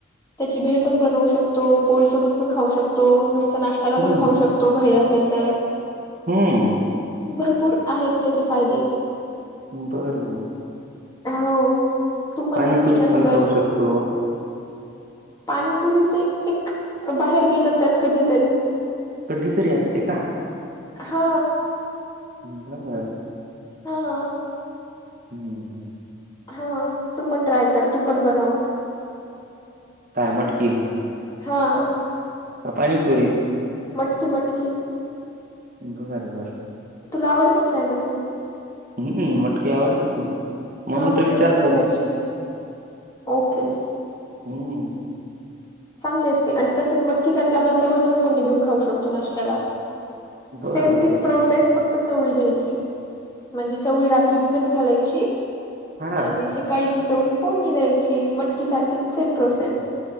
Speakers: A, on the left; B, on the right.
A: त्याची भेळ पण बनवू शकतो. पोळीसोबत पण खाऊ शकतो. नुसत नाश्त्याला
B: हं,
A: पण खाऊ शक तो, घाई असेल तर.
B: हम्म.
A: भरपूर आहेत त्याचे फायदे.
B: बर बर
A: हो. तू पण
B: पाणीपुरीत
A: नक्की ट्राय
B: पण
A: कर.
B: खाऊ शकतो.
A: पाणीपुरी ते एक, बाहेर गेलं तर कधीतरी.
B: कधीतरी असते का?
A: हो.
B: हम्म बनवत
A: हा.
B: हं हम्.
A: हो, तू पण ट्राय कर, तू पण बनव.
B: काय मटकी का?
A: हा.
B: का पाणीपुरी?
A: मटकी मटकी.
B: बर बर.
A: तुला आवडते की नाही म्हटकी?
B: हम्म मटकी आवडती की, म्हणून
A: हा मग
B: तर विचारलं
A: बनवून बघायची.
B: हुतं.
A: ओके.
B: हं,
A: चांगली असते आणि तसंच मटकी सारखी आपण चवळीपण फोडणी देऊन खाऊ शकतो नाश्त्याला.
B: बरं
A: सेम
B: बरं.
A: तीच प्रोसेस फक् त चवळी घ्यायची. म्हणजे चवळी रात्री भिजत घालायची
B: हां,
A: आणि स काळी ती चवळी फोडणी द्यायची. मटकी सारखी सेम प्रोसेस.